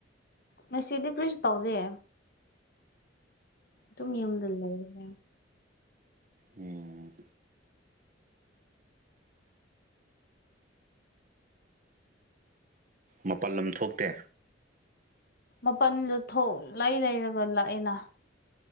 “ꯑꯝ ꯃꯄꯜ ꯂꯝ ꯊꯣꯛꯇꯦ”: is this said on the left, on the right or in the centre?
Right